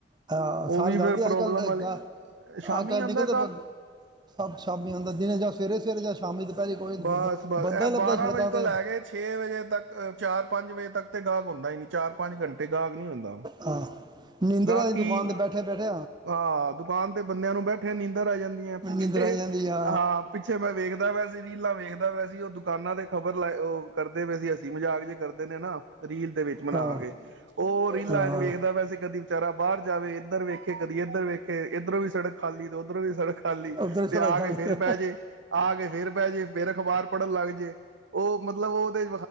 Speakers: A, on the right; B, on the right.
A: ਹਾਂ ਸਾਰੇ
B: ਉਹ ਵੀ
A: ਜਾਂਦੇ
B: ਫੇਰ ਪ੍ਰੋਬਲਮ
A: ਅੱਜ ਕੱਲ੍ਹ ਏਦਾਂ
B: ਵਾਲੀ ਸ਼ਾਮੀ
A: ਅੱਜ ਕੱਲ੍ਹ
B: ਆਉਂਦਾ
A: ਨਿਕਲਦੇ
B: ਗਾਹਕ
A: ਬੰਦ ਸਭ ਸ਼ਾਮੀ ਆਉਂਦਾ ਦਿਨੇ ਜਾਂ ਸਵੇਰੇ ਸਵੇਰੇ ਜਾਂ ਸ਼ਾਮੀ ਦੁਪਹਿਰੇ ਕੋਈ
B: ਬਸ
A: ਬੰਦਾ
B: ਬਸ
A: ਬੰਦਾ
B: ਇਹ
A: ਹੀ ਲੱਭਦਾ
B: ਬਾਰਾਂ
A: ਸੜਕਾਂ
B: ਵਜੇ ਤੋਂ
A: ਤੇ
B: ਲੈ
A: ਹਾਂ
B: ਕੇ ਛੇ ਵਜੇ ਤੱਕ। ਚਾਰ ਪੰਜ ਵਜੇ ਤੱਕ ਤੇ ਗਾਹਕ। ਹੁੰਦਾ ਨਹੀਂ। ਚਾਰ ਪੰਜ ਘੰਟੇ ਗਾਹਕ ਨਹੀਂ ਹੁੰਦਾ
A: ਹਾਂ ਨੀਂਦਰ
B: ਗਾਹਕੀ
A: ਵਾਲੀ ਦੁਕਾਨ ਤੇ ਬੈਠੇ ਬੈਠੇ
B: ਹਾਂ ਦੁਕਾਨ ਤੇ ਬੰਦਿਆਂ ਨੂੰ ਬੈਠੇ ਨੀਂਦਰ ਆ ਜਾਂਦੀਆਂ ਪਿੱਛੇ
A: ਨਿੰਦਰ ਆਈ ਜਾਂਦੀ ਆ
B: ਹਾਂ ਪਿੱਛੇ ਮੈਂ ਵੇਖਦਾ ਹੋਇਆ ਸੀ ਰੀਲਾਂ ਵੇਖਦਾ ਹੋਇਆ ਸੀ ਉਹ ਦੁਕਾਨਾਂ ਦੇ। ਖ਼ਬਰ ਲਾਏ ਉਹ ਕਰਦੇ ਪਏ ਸੀ। ਅਸੀਂ ਮਜ਼ਾਕ ਜੇ ਕਰਦੇ ਨੇ ਨਾ। ਰੀਲ ਦੇ ਵਿੱਚ ਮਨਾ
A: ਹਾਂ
B: ਕੇ ਉਹ ਰੀਲਾਂ
A: ਹਾਂ
B: ਚ ਵੇਖਦਾ ਪਇਆ ਸੀ ਕਦੀ ਵਿਚਾਰਾ ਬਾਹਰ ਜਾਵੇ। ਇੱਧਰ ਵੇਖ। ਕਿ ਕਦੀ ਇੱਧਰ ਵੇਖੇ ਇੱਧਰੋਂ ਵੀ ਸੜਕ ਖਾਲੀ ਤੇ ਉੱਧਰੋਂ ਵੀ ਸੜਕ ਖਾਲੀ
A: ਉਧਰ
B: ਤੇ
A: ਛੜਾ
B: ਆ
A: ਖਾ
B: ਕੇ
A: ਲਿਆ
B: ਫੇਰ ਬਹਿ ਜੇ ਆ ਕੇ ਫੇਰ ਬਹਿ ਜੇ ਫੇਰ ਅਖ਼ਬਾਰ ਪੜ੍ਹਨ ਲੱਗ ਜਏ ਉਹ ਮਤਲਬ ਉਹਦੇ।